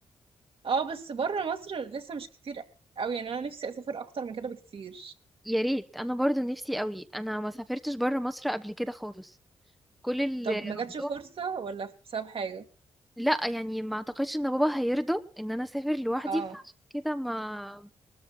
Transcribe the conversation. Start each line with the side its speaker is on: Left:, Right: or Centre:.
Right: اه بس بره مصر لسه مش كتير قوي يعني انا نفسي اسافر اكتر من كده بكتير
Centre: يا ريت انا برضو نفسي قوي انا ما سافرتش بره مصر قبل كده خالص كل
Right: طب
Centre: الموضوع
Right: ما جاتش فرصة ولا بسبب حاجة
Centre: لا يعني ما اعتقدش ان بابا هيرضى ان انا اسافر لوحدي
Right: اه
Centre: فعشان كده ما